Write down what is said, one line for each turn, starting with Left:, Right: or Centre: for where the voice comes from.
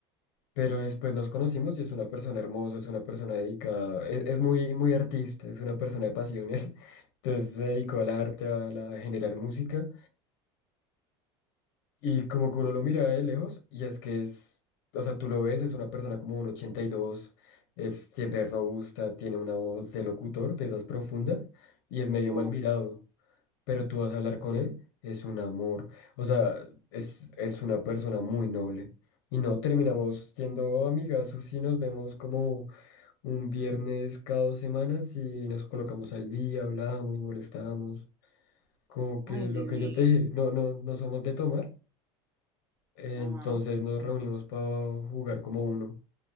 Left: Pero después nos conocimos y es una persona hermosa, es una persona dedicada, es, es muy, muy artista, es una persona de pasiones. <laughs> Entonces se dedicó al arte, a la- a generar música. Y como que uno lo mira de lejos, y es que es, o sea, tú lo ves, es una persona como un ochenta y dos es siempre robusta, tiene una voz de locutor, de esas profundas, y es medio
Right: Uf,
Left: mal mirado. Pero tú vas a hablar con él, es un amor. O sea, es, es una persona muy noble. Y no terminamos siendo amigas o y nos vemos como un viernes cada dos semanas y nos colocamos al día, hablamos, molestamos. Como que
Right: ay,
Left: lo
Right: divino.
Left: que yo te dije, no, no, no somos de tomar. Eh,
Right: Ajá.
Left: Entonces nos reunimos para jugar como uno